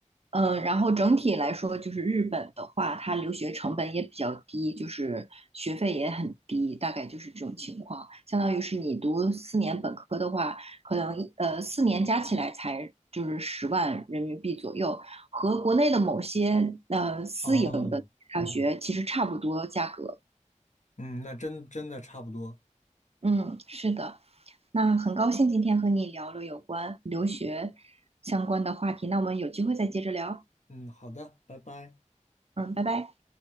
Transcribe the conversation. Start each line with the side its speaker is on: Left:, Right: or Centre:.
Right: 嗯，然后整体来说，就是日本的话，它留学成本也比较低，就是学费也很低，大概就是这种情况。相当于是你读四年本科的话，可能一呃四年加起来才就是十万人民币左右，和国内的某些呃私营的大学其实差不多价格。
Left: 哦，嗯，那真真的差不多。
Right: 嗯，是的。那很高兴今天和你聊了有关留学相关的话题，那我们有机会再接着聊。
Left: 嗯，好的，拜拜。
Right: 嗯，拜拜。